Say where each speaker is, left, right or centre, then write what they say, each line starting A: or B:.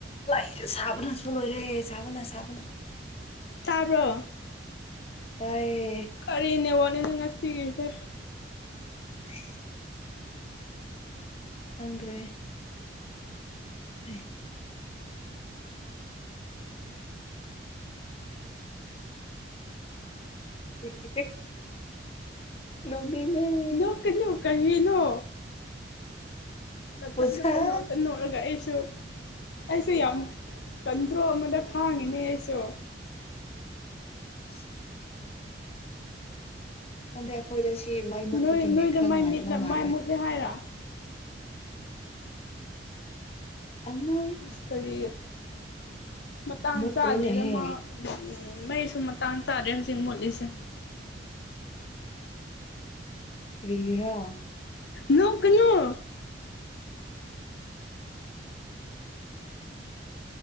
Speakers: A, on the left; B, on the left.
A: ꯂꯥꯛꯏꯔꯦ ꯁꯥꯕꯅꯁꯨ ꯂꯣꯏꯔꯦ ꯁꯥꯕꯅ ꯁꯥꯕꯅ
B: ꯇꯕ꯭ꯔꯣ
A: ꯇꯌꯦ
B: ꯀꯔꯤ ꯅꯦꯠꯋꯛꯔꯠ ꯉꯁꯤꯒꯤꯁꯦ
A: <inaudible> ꯑꯗ꯭ꯔꯦ <inaudible> ꯍꯦ ꯍꯦ ꯅꯣꯛꯅꯤꯡꯉꯦ
B: ꯅꯣꯛꯀꯅꯨ ꯀꯔꯤꯅꯣ ꯃꯊꯟꯗ
A: ꯑꯣꯖꯥ
B: ꯄꯪꯅꯣꯛꯇ ꯅꯧꯛꯔꯒ ꯑꯩꯁꯨ ꯑꯩꯁꯨ ꯌꯥꯝ ꯀꯟꯊ꯭ꯔꯣ ꯑꯃꯗ ꯈꯥꯡꯉꯤꯅꯦ ꯑꯩꯁꯨ
A: <inaudible> ꯍꯟꯗꯩ ꯑꯩꯈꯣꯏꯗ ꯁꯤ ꯃꯥꯏ ꯃꯨꯠꯄꯒꯤꯅꯦ
B: ꯅꯣꯏ ꯅꯣꯏꯗ
A: ꯈꯔ
B: ꯃꯥꯏ
A: ꯅꯨꯡꯉꯥꯏꯗꯕ
B: ꯃꯤꯠꯂ
A: ꯃꯥꯜꯂꯦ
B: ꯃꯥꯏ ꯃꯨꯠꯂꯦ ꯍꯥꯏꯔ
A: ꯑꯩ ꯅꯣ
B: ꯑꯁ ꯀꯔꯤ ꯃꯇꯥꯡ
A: ꯃꯨꯠꯇ꯭ꯔꯦꯅꯦꯍꯦ
B: ꯆꯥꯗ꯭ꯔꯦꯗ ꯃꯥ ꯎꯝ ꯃꯩꯁꯨ ꯃꯇꯥꯡ ꯇꯥꯔꯦ ꯍꯧꯖꯤꯛ ꯃꯣꯠꯂꯤꯁꯦ
A: ꯀꯔꯤꯔꯥ
B: ꯅꯣꯛꯀꯂꯨ